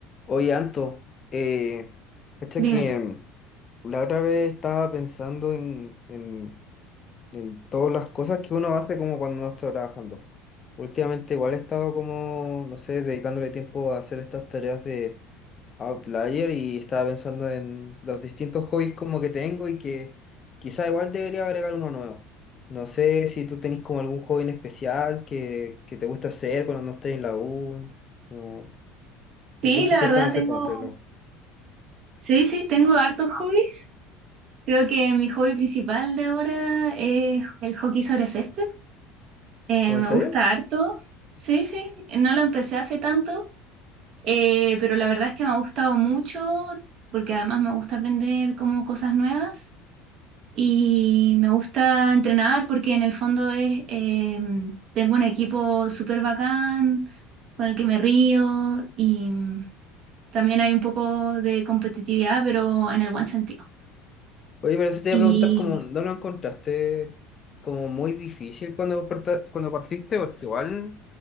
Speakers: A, on the left (about 35°); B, on the right (about 50°).
A: Oye, Anto, eh, cacha
B: Dime.
A: que mm, la otra vez estaba pensando en, en, en todas las cosas que uno hace como cuando no está trabajando. Últimamente igual he estado como, no sé, dedicándole tiempo a hacer estas tareas de Outlier y estaba pensando en los distintos hobbies como que tengo y que quizá igual debería agregar uno nuevo. No sé si tú tenés como algún hobby en especial que, que te gusta hacer cuando no estás en la U, como,
B: Sí,
A: como cosas
B: la
A: que te
B: verdad
A: gustan hacer
B: tengo,
A: cuando estás en la U.
B: sí, sí, tengo hartos hobbies. Creo que mi hobby principal de ahora es el hockey sobre césped. Eh,
A: ¿O
B: me
A: en serio?
B: gusta harto. Sí, sí, no lo empecé hace tanto, eh, pero la verdad es que me ha gustado mucho porque además me gusta aprender como cosas nuevas y me gusta entrenar porque en el fondo es, eh, tengo un equipo súper bacán con el que me río y También hay un poco de competitividad, pero en el buen sentido.
A: Oye, pero eso te
B: Y
A: iba a preguntar, como, ¿no lo encontraste como muy difícil cuando, parta- cuando partiste? Porque igual,